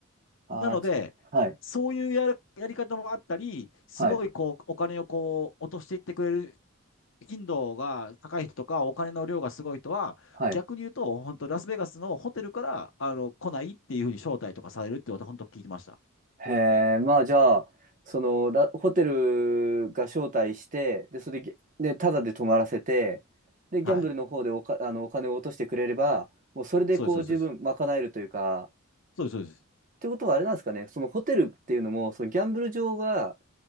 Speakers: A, on the right (about 40°); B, on the left (about 60°).
A: ああ、
B: なので、
A: じはい。
B: そういうやる、やり方もあったり、すごいこう、
A: はい。
B: お金をこう、落としていってくれる頻度が高い人とか、お金の量がすごい人は、
A: はい。
B: 逆に言うと、本当ラスベガスのホテルから、あの、来ないっていうふうに招待とかされるって私、本当聞いてました。
A: へえ、まあじゃあ、その、らホテルが招待して、で、それで、でタダで泊まらせて、で、ギャンブルの方でおか、
B: はい。
A: あの、お金を落としてくれれば、もうそれでこう十分賄えるというか、
B: そうです、そうです、そうです。そうです、そうです。
A: ってことはあれなんですかね、そのホテルっていうのも、そのギャンブル場が、